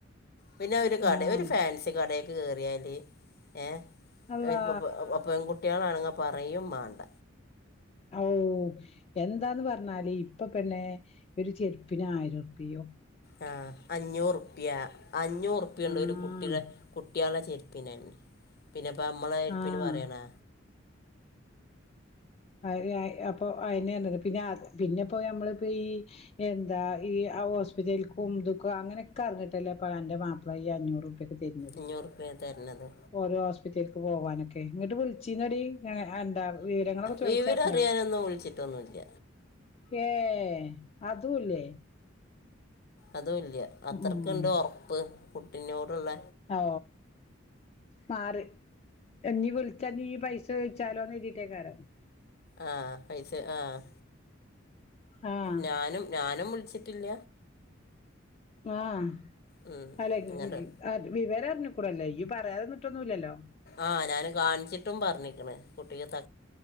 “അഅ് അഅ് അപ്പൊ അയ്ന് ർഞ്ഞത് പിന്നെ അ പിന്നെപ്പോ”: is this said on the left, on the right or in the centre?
Left